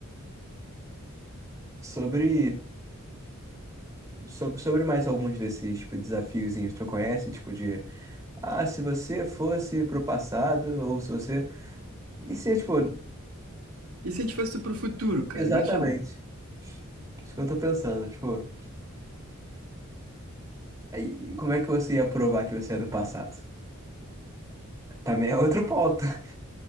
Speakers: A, on the right; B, on the right.
A: Sobre Sobre, sobre mais alguns desses tipo, desafiozinhos, que tu conhece? Tipo de, ah, se você fosse pro passado, ou se você... E se, tipo,
B: E se a gente fosse pro futuro, cara?
A: exatamente,
B: Imagina.
A: isso que eu tô pensando, tipo, aí, como é que você ia provar que você é do passado? Também é outro ponto. <laughs>